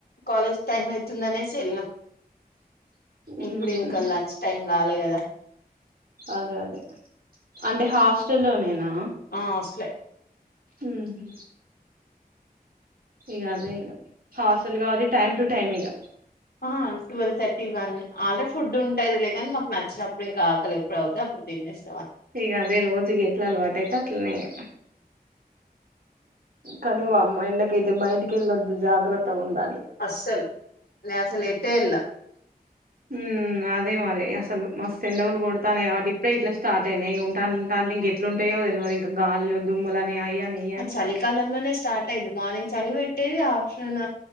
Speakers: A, on the left (about 80°); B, on the right (about 70°).
A: కాలేజ్ టైమ్ అయితుందనేసి వెళ్ళాం
B: ఉమ్
A: ఇప్పుడు ఇంకా లంచ్ టైం కాలే కదా
B: అదే అదే అంటే హాస్టల్లో నేనా
A: ఆ ఆస్టలే
B: ఉహూ ఇగ అదే హాస్టల్ కాబట్టి టైమ్ టు టైమ్ ఇగ
A: ఆ twelve thirty one already food ఉంటది లే కనీ మాకు నచ్చినప్పుడు ఇంకా ఆకలి ఎప్పుడుఅవ్వుతే అప్పుడు తినేస్త
B: ఇగ అదే రోజుకి ఎట్ల అలవాటు అయితే అట్లనే ఇంగ కానీ వామ్మా ఎండకైతే బయటికెళ్ళొద్దు జాగ్రత్తగా ఉండాలి
A: అస్సలు నే అసలు ఎటేల
B: ఉమ్ అదే మరి అసలు మస్తు ఎండగలు కొడతాన్నయి ఇప్పుడే ఇట్ల స్టార్ట్ అయినయి ఉంటాంటా ఇంక ఎట్లుంటాయో తెలువదు ఇంక గాలులు దుమ్లు అని ఇయి అని
A: ఆ చలికాలంలోనే స్టార్ట్ అయింది మార్నింగ్ చలి పెట్టేది ఆఫ్టర్నూన్